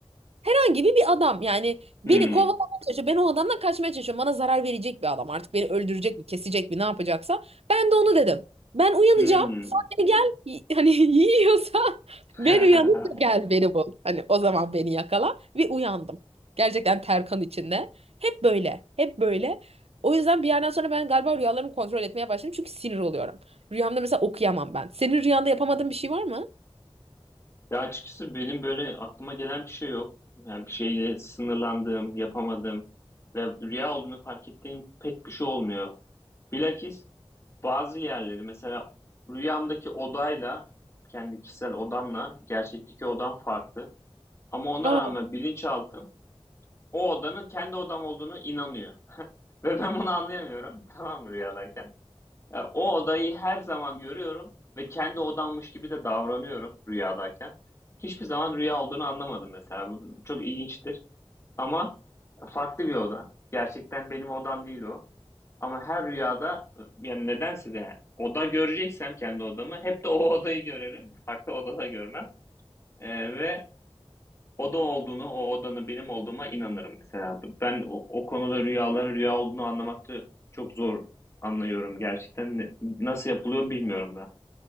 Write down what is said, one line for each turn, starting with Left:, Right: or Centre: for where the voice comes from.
Right: herhangi bir adam yani beni
Left: Hmm.
Right: kovalamaya çalışıyor. Ben o adamdan kaçmaya çalışıyorum. Bana zarar verecek bir adam artık beni öldürecek mi kesecek mi ne yapacaksa. Ben de onu dedim. Ben uyanacağım.
Left: Hmm.
Right: Sen beni gel y- hani <laughs> yiyorsa
Left: <laughs>
Right: ben uyanıp da gel beni bul. Hani o zaman beni yakala ve uyandım. Gerçekten terkan içinde. Hep böyle. Hep böyle. O yüzden bir yerden sonra ben galiba rüyalarımı kontrol etmeye başladım. Çünkü sinir oluyorum. Rüyamda mesela okuyamam ben. Senin rüyanda yapamadığın bir şey var mı?
Left: Ya açıkçası benim böyle aklıma gelen bir şey yok. Yani bir şeyle sınırlandığım, yapamadığım ve rüya olduğunu fark ettiğim pek bir şey olmuyor. Bilakis bazı yerleri mesela rüyamdaki odayla, kendi kişisel odamla gerçekteki odam farklı. Ama ona
Right: Aa,
Left: rağmen bilinçaltım o odanın kendi odam olduğunu inanıyor. <laughs> Ve ben bunu anlayamıyorum. <laughs> Tamam mı rüyadayken? Ya, o odayı her zaman görüyorum ve kendi odammış gibi de davranıyorum rüyadayken. Hiçbir zaman rüya olduğunu anlamadım mesela. Bu Çok ilginçtir ama farklı bir oda. Gerçekten benim odam değil o. Ama her rüyada yani nedense de yani oda göreceksem kendi odamı hep de o odayı görerim. Farklı odada görmem. Ee, ve oda olduğunu, o odanın benim olduğuma inanırım mesela. Ben o, o konuda rüyaların rüya olduğunu anlamakta çok zor anlıyorum gerçekten. Ne- Nasıl yapılıyor bilmiyorum da.